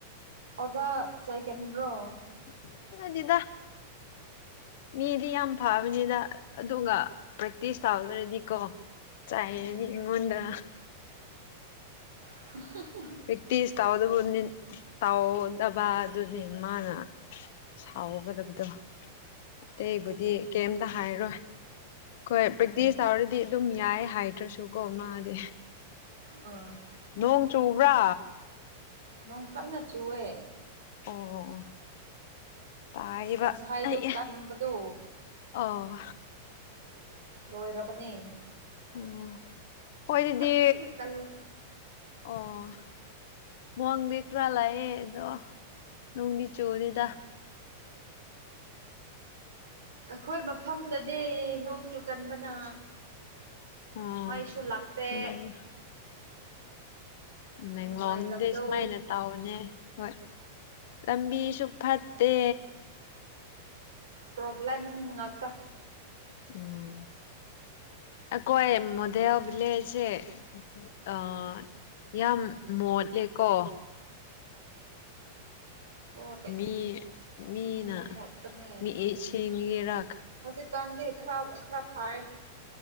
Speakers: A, on the right; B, on the left.
A: ꯑꯣꯖꯥ ꯆꯩꯒꯟꯕ꯭ꯔꯣ
B: <unintelligible> ꯃꯤꯗꯤ ꯌꯥꯝ ꯐꯕꯅꯤꯗ ꯑꯗꯨꯒ ꯄ꯭ꯔꯦꯛꯇꯤꯁ ꯇꯧꯗ꯭ꯔꯗꯤꯀꯣ ꯆꯩꯔꯗꯤ
A: ꯎꯝ
B: ꯑꯩꯉꯣꯟꯗ
A: <unintelligible>
B: ꯄ꯭ꯔꯦꯛꯇꯤꯁ ꯇꯧꯗꯕꯨꯅꯤ ꯇꯧꯗꯕꯥꯗꯨꯅꯤ ꯃꯥꯅ ꯁꯥꯎꯒꯗꯕꯗꯣ ꯑꯇꯩꯕꯨꯗꯤ ꯀꯩꯝꯗ ꯍꯥꯏꯔꯣꯏ ꯈꯣꯏ ꯄ꯭ꯔꯦꯛꯇꯤꯁ
A: ꯎꯝ
B: ꯇꯧꯔꯗꯤ ꯑꯗꯨꯝ ꯌꯥꯏ ꯍꯥꯏꯗ꯭ꯔꯁꯨꯀꯣ ꯃꯥꯗꯤ
A: ꯑ
B: ꯅꯣꯡ ꯆꯨꯕ꯭ꯔꯥ
A: ꯅꯣꯡ ꯀꯟꯅ ꯆꯨꯋꯦ
B: ꯑꯣ ꯇꯥꯏꯕ
A: ꯑꯁ ꯉꯁꯥꯏꯗꯣ
B: ꯑꯩ
A: ꯀꯟꯕꯗꯣ
B: ꯑꯣ
A: ꯔꯣꯏꯔꯕꯅꯦ
B: ꯎꯝ ꯍꯣꯏꯑꯗꯨꯗꯤ
A: ꯐꯖꯅ ꯀꯜꯂꯦ
B: ꯑꯣ ꯃꯣꯡꯗꯤ ꯈꯔꯥ ꯂꯥꯑꯦ ꯑꯗꯣ ꯅꯣꯡꯗꯤ ꯆꯨꯅꯤꯗ
A: ꯈꯣꯏ ꯃꯐꯝꯗꯗꯤ ꯅꯣꯡ ꯆꯨꯀꯟꯕꯅ
B: ꯑꯣ
A: ꯃꯩꯁꯨ ꯂꯥꯛꯇꯦ
B: ꯃꯦꯡ ꯃꯦꯡꯂꯣꯡꯗꯤ
A: ꯅꯨꯡꯉꯥꯏꯇꯕꯗꯣ
B: ꯁꯨꯃꯥꯏꯅ ꯇꯧ ꯑꯅꯦ ꯍꯣꯏ ꯂꯝꯕꯤꯁꯨ ꯐꯠꯇꯦ
A: ꯄ꯭ꯔꯣꯕ꯭ꯂꯦꯝ ꯉꯥꯛꯇ
B: ꯎꯝ ꯑꯀꯣꯏ ꯃꯣꯗꯦꯜ ꯕꯤꯂꯦꯖꯁꯦ ꯎ ꯑꯥ ꯌꯥꯝ ꯃꯣꯠꯂꯦꯀꯣ
A: ꯍꯣꯏ
B: ꯃꯤ ꯃꯤꯅ
A: ꯌꯥꯝ ꯃꯣꯠꯄꯅꯦ
B: ꯃꯤꯏꯁꯤ ꯃꯤꯔ
A: ꯍꯧꯖꯤꯛꯀꯥꯟꯗꯤ ꯈꯔ ꯈꯔ ꯐꯌꯦ